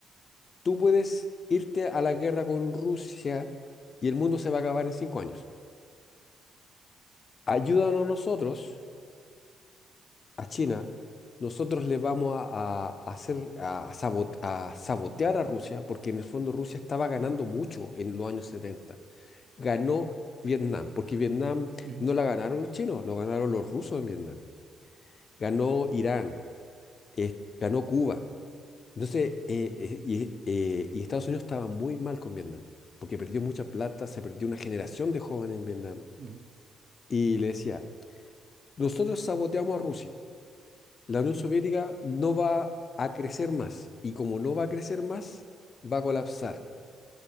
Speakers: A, on the left; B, on the right.
A: tú puedes irte a la guerra con Rusia y el mundo se va a acabar en cinco años. Ayúdanos nosotros a China, nosotros le vamos a, a- a hacer a, sabot- a sabotear a Rusia, porque en el fondo Rusia estaba ganando mucho en los años setenta Ganó Vietnam, porque Vietnam
B: ujú,
A: no la ganaron los chinos, lo ganaron los rusos en Vietnam. Ganó Irán, eh, ganó Cuba. Entonces, eh,
B: ujú,
A: eh, y, eh, y Estados Unidos estaba muy mal con Vietnam, porque perdió mucha plata, se perdió una generación de jóvenes en Vietnam.
B: ujú.
A: Y le decía, nosotros saboteamos a Rusia. la Unión Soviética no va a crecer más y como no va a crecer más, va a colapsar.